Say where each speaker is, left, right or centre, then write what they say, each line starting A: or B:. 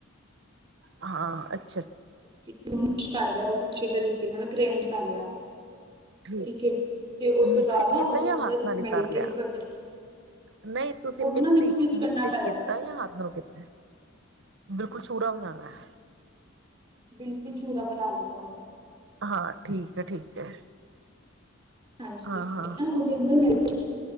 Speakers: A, on the right; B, on the right.
A: ਹਾਂ, ਅੱ
B: <inaudible> ਅੱਛੇ ਤਰੀਕੇ ਨਾਲ ਗ੍ਰੈਂਡ ਕਰ ਲਿਆ
A: ਠੀਕ,
B: ਹੈ ਤੇ ਉਸ
A: ਮਿਕਸੀ
B: ਤੋਂ ਬਾਅਦ
A: ਚ
B: ਨਾ
A: ਕੀਤਾ
B: ਉਹਦੇ
A: ਜਾਂ
B: ਅੰਦਰ
A: ਹੱਥ ਨਾਲ ਹੀ
B: ਮੈਲਟਡ
A: ਕਰ ਲਿਆ?
B: ਬਟਰ
A: ਨਹੀਂ ਤੁਸੀਂ
B: ਉਹਨੂੰ
A: ਮਿਕਸੀ
B: ਨਾ
A: ਮਿਕਸੀ
B: ਕਰਨਾ
A: ਚ
B: ਪਏਗਾ
A: ਕੀਤਾ ਜਾਂ ਹੱਥ ਨਾਲ ਕੀਤਾ? ਬਿਲਕੁਲ ਛੂਰਾ ਬਣਾਣਾ ਹੈ।
B: ਬਿਲਕੁਲ ਚੂਰਾ ਬਣਾ ਲੈਣਾ ਉਹਦਾ
A: ਹਾਂ, ਠੀਕ ਏ। ਠੀਕ। ਹੈ
B: ਹਾਂਜੀ,
A: ਹਾਂ ਹਾਂ
B: ਉਹਦੇ ਅੰਦਰ ਮੈਂ